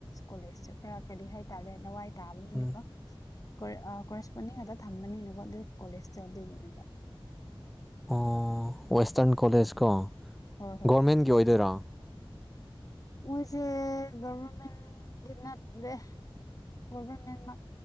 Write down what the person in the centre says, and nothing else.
ꯎꯝ
ꯑꯣ ꯋꯦꯁꯇꯔꯟ ꯀꯣꯂꯦꯖ ꯀꯣ
ꯒꯣꯔꯃꯦꯟꯒꯤ ꯑꯣꯏꯗꯣꯏꯔꯥ